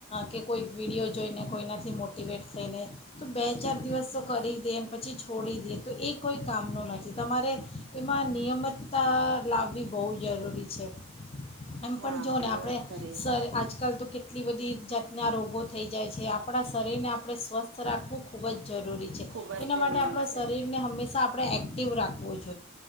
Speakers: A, on the left; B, on the right.
A: કે કોઈક વિડીયો જોઈને કોઈના થી મોટિવેટ થઈને તો બે ચાર દિવસ તો કરી દે પછી છોડી દેએ તો એ કોઈ કામનો નથી તમારે એમાં નિયમિતતા અ લાવવી બઉ જરૂરી. છે એમ પણ
B: હા
A: જો ને
B: એ
A: આપણે
B: વાત ખરી
A: સર આજકાલ તો કેટ. એટલી બધી જાત ના રોગો થઈ જાય છે આપણા શરીરને આપણે સ્વસ્થ રાખવું ખૂબ જ જરૂરી છે
B: ખુબ જ
A: એના માટે
B: જરૂરી
A: આપણો
B: છે
A: શરીરને હંમેશા આપણે એક્ટિવ રાખવું જોઈએ.